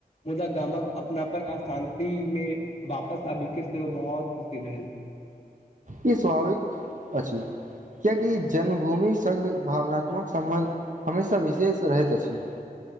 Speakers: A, on the left; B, on the right.
A: मुदा गामक अपनापन अ शान्ति मे वापस आबिक सेहो बहुत खुशी भेल <inaudible>
B: ई स्वाभाविक अछि कियाकि जन्मभूमि संग भावनात्मक सम्बन्ध हमेशा विशेष रहैत अछि